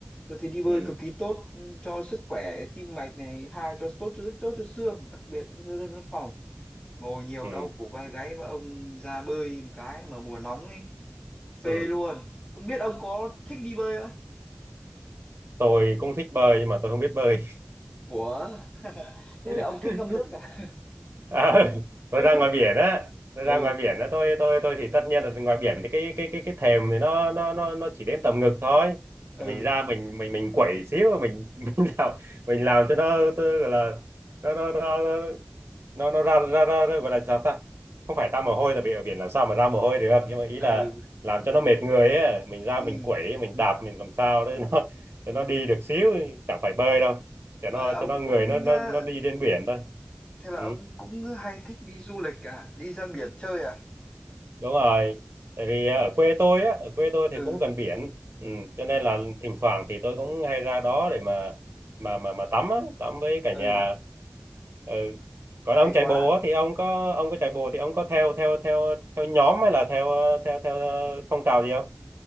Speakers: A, on the left (about 20°); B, on the right (about 85°).
A: tôi thấy đi bơi
B: ừ
A: cực kỳ tốt ừ, cho sức khỏe tim mạch này hai cho tốt cho rất tốt cho xương đặc biệt cho dân văn phòng ngồi nhiều
B: ừ
A: đau cổ vai gáy mà ông ra bơi một cái mà mùa nóng ấy
B: ừ.
A: phê luôn không biết ông có thích đi bơi không
B: Tôi cũng thích bơi nhưng mà tôi không biết bơi.
A: ủa <laughs> thế
B: <laughs>
A: là ông thích ngâm nước à
B: À, <laughs> tôi
A: <laughs>
B: ra ngoài biển á, tôi ra
A: ừ
B: ngoài biển á, tôi tôi tôi thì tất nhiên là ngoài biển thì cái cái cái cái thềm thì nó nó nó nó chỉ đến tầm ngực thôi.
A: ừ
B: Thì mình ra mình mình mình quẩy xíu mình <laughs> mình làm mình làm cho nó tôi gọi là nó nó nó nó nó, nó ra, ra ra ra- gọi là sao ta? Không phải ra mồ hôi tại vì ở biển làm sao mà ra mồ hôi được, nhưng mà ý
A: ừ
B: là làm cho nó mệt người ấy, mình ra
A: ừ
B: mình quẩy, mình đạp mình làm sao để nó để nó đi được xíu, chẳng phải bơi đâu. Cho nó
A: vậy là
B: cho
A: ông
B: nó người
A: cũng
B: nó nó
A: ờ,
B: nó đi trên biển thôi.
A: thế là
B: Ừ.
A: ông cũng hay thích đi du lịch à đi ra biển chơi à
B: đúng rồi tại vì ờ, ở quê tôi á ở quê tôi thì
A: ừ
B: cũng gần biển ừ, cho nên là thỉnh thoảng thì tôi cũng hay ra đó để mà mà mà mà tắm á tắm với cả
A: ừ
B: nhà ừ. còn
A: hay
B: ông chạy
A: quá
B: bộ á thì ông có ông có chạy bộ thì ông có theo theo theo theo nhóm hay là theo ờ, theo theo ờ, phong trào gì không